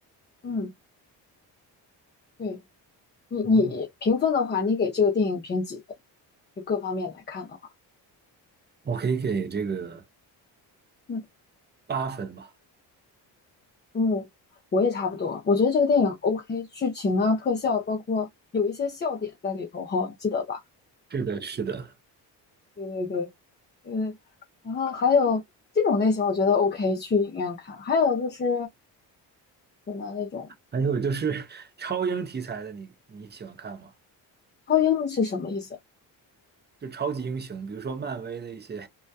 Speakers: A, on the left; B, on the right.
A: 嗯，对你你评分的话，
B: 嗯，
A: 你给这个电影评几分？就各方面来看的话。
B: 我可以给这个
A: 嗯，
B: 八分吧。
A: 嗯，我也差不多。我觉得这个电影 OK，剧情啊、特效，包括有一些笑点在里头哈，记得吧？
B: 是的，是的。
A: 对对对，嗯，然后还有这种类型，我觉得 OK，去影院看。还有就是什么那种
B: 还有就是超英题材的你，你喜欢看吗？
A: 超英是什么意思？
B: 就超级英雄，比如说漫威的一些